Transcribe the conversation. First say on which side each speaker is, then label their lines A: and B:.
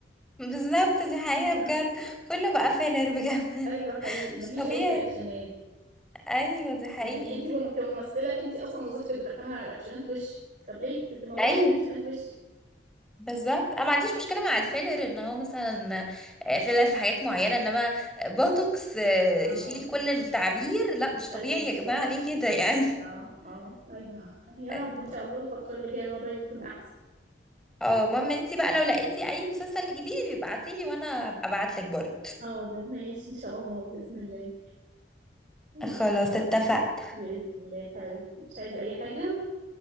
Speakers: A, in the centre; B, on the right.
A: بالظبط دي حقيقة
B: ايوه
A: بجد كله بقى فيلر بجد
B: ايوه
A: <laughs>
B: حقيقي مفيش
A: مش طبيعي
B: اي رياكشنات
A: ايوه ده حقيقي
B: يعني انت مم- كممثله انت اصلا وظيفتك بتعتمد على رياكشنات وشك طب ليه ت- تموتي
A: ايوه
B: رياكشنات وشك
A: بالظبط انا ما عنديش مشكله مع الفيلر ان هو مثلا آه، فيلر في حاجات معينه انما بوتوكس آه، يشيل
B: اه
A: كل التعبير لا مش طبيعي
B: ايوه بالظبط
A: يا جماعه ليه
B: بالظبط
A: كده يعني
B: اه اه ايوه يا
A: <laughs>
B: رب ان شاء الله الفتره اللي جايه الوضع يكون احسن
A: اه ماما انتي بقى لو لقيتي اي مسلسل جديد ابعتيلي وانا ابقى ابعت لك برضه
B: حاضر ماشي ان شاء الله باذن الله ماشي
A: خلاص
B: شكراً.
A: اتفقنا
B: باذن الله يا حبيبتي مش عايزه اي حاجه